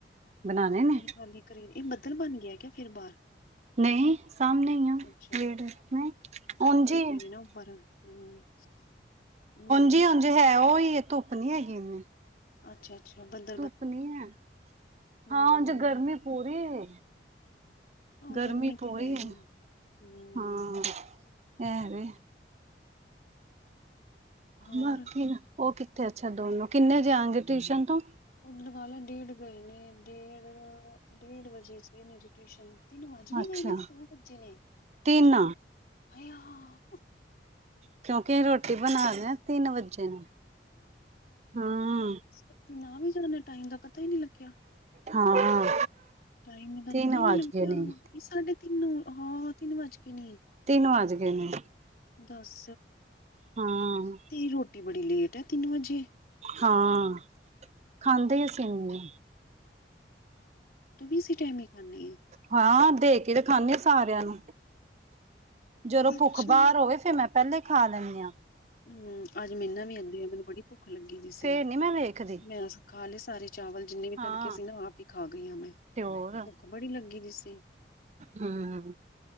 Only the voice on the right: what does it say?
ਬਣਾਣੇ
ਨੇ
ਨਹੀਂ ਸਾਹਮਣੇ ਹੀ ਆ
ਗੇਟ ਨਹੀਂ
ਉੰਝ ਹੀ ਹੈ
ਜੀ ਉਂਜ ਹੈ ਉਹੀ ਏ ਧੁੱਪ ਨੀ ਹੈਗੀ ਏਨੀ
ਧੁੱਪ ਨੀ ਹੈ
ਹਾਂ ਜੇ ਗਰਮੀ ਪੂਰੀ ਏ।
ਗਰਮੀ ਪੂਰੀ
ਏ
ਹਾਂ ਐ ਵੇ
ਬਾਕੀ ਨਾ ਓ ਕਿੱਥੇ ਅੱਛਾ ਦੋਨੋ ਕਿੰਨੇ ਜੇ ਆਣਗੇ ਟਿਊਸ਼ਨ ਤੋਂ
ਅੱਛਾ
ਤਿੰਨ
ਕਿਉਂਕਿ ਰੋਟੀ ਬਣਾ ਦੇ ਆਂ ਤਿੰਨ ਵੱਜੇ ਨੇ ਹਾਂ।
ਹਾਂ
ਤਿੰਨ
ਵੱਜ
ਗਏ ਨੇ
ਤਿੰਨ ਵੱਜ ਗਏ ਨੇ।
ਹਾਂ
ਹਾਂ ਖਾਂਦੇ ਅਸੀ ਇਨੇ
ਹਾਂ ਦੇ ਕੇ ਤੇ ਖਾਂਨੀ ਸਾਰਿਆਂ ਨੂੰ ਜਦੋਂ
ਭੁੱਖ ਬਾਰ ਹੋਵੇ। ਫੇ ਮੈਂ ਪੈਲੇ ਖਾ ਲੈਂਨੀ ਆਂ।
ਫੇਰ ਨੀ ਮੈਂ ਵੇਖਦੀ
ਹਾਂ
ਤੇ ਹੋਰ
ਹੂੰ